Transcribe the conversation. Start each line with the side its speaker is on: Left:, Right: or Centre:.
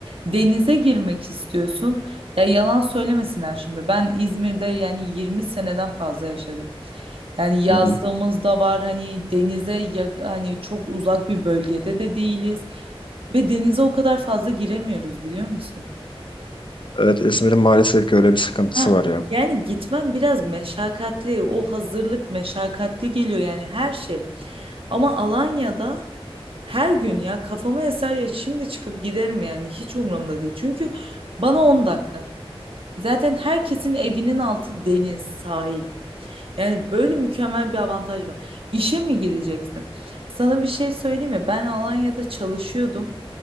Right: Denize girmek istiyorsun. Ya yalan söylemesinler şimdi. Ben İzmir'de yani 20 seneden fazla yaşadım. Yani yazlığımız
Left: Hı hı.
Right: da var hani denize yak hani çok uzak bir bölgede de değiliz. Ve denize o kadar fazla giremiyoruz biliyor musun?
Left: Evet İzmir'in maalesef ki öyle bir sıkıntısı
Right: Ha,
Left: var ya.
Right: yani gitmem biraz meşakkatli. O hazırlık meşakkatli geliyor yani her şey. Ama Alanya'da her gün ya kafama eser ya şimdi çıkıp giderim yani hiç umurumda değil. Çünkü bana 10 dakika. Zaten herkesin evinin altı deniz, sahil. Yani böyle mükemmel bir avantaj var. İşe mi gideceksin? Sana bir şey söyleyeyim mi? Ben Alanya'da çalışıyordum